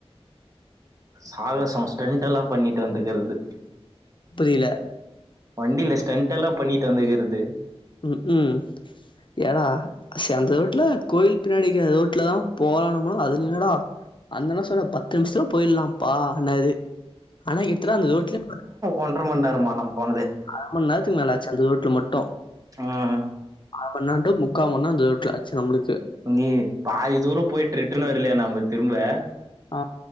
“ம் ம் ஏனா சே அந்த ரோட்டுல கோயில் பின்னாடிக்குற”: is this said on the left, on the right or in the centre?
Left